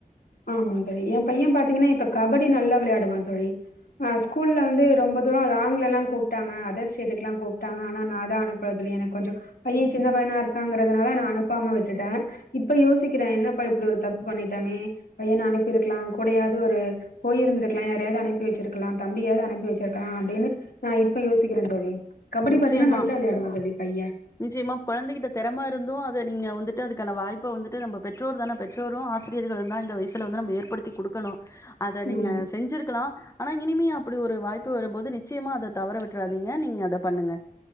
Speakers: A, on the left; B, on the left.
A: ஆமா தோழி என் பையன் பாத்தீங்கன்னா இப்ப கபடி நல்லா வெளையாடுவான் தோழிஆ ஸ்கூல்ல வந்து ரொம்ப தூரம் லாங்லா கூப்டாங்க அதர்ஸ்டேட்டுக்குலாம் கூப்புட்டாங்க ஆனா நாதா அனுபல து எனக்கு கொஞ்சோம் பையன் சின்ன பையனா இருக்கா ங்குறதுனால நான் அனுப்பாமல விட்டேன் இப்ப யோசி என்னப்பா இப்படி ஒரு தப்பு பண்ணிட்டு விட்டோமே பையன அனுப்பி இருக்கலாம் கூடயாவது ஒரு போய் இருந்திருக்கலாம் யாரையாவது அனுப்பி வைச்சிருக்கலாம் தம்பியாவது அனுப்பி வைச்சிருக்கலாம் அப்படின்னு நான் இப்ப யோசிக்கிறேன் தோழி கபடி
B: நிச்சயமா
A: பாத்தீங்கன்னா, நல்லா விளையாடுவான் தோழி பையன்.
B: நிச்சயமா கொழந்தைகிட்ட தெறம இருந்தும் நீங்க வந்துட்டு அதுக்கான வாய்ப்ப வந்துட்டு நம்ம பெற்றோர் தான பெற்றோரும் ஆசிரியர்களும் தான் இந்த வயசில வந்து நம்ம ஏற்படுத்தி கொடுக்கணும் அத நீங்க
A: ம்.
B: செஞ்சிருக்கலாம் ஆனா இனிமே அப்படி ஒரு வாய்ப்பு வரும்போது நிச்சயமா அத தவர விட்றாதீங்க நீங்க அத அதை பண்ணுங்க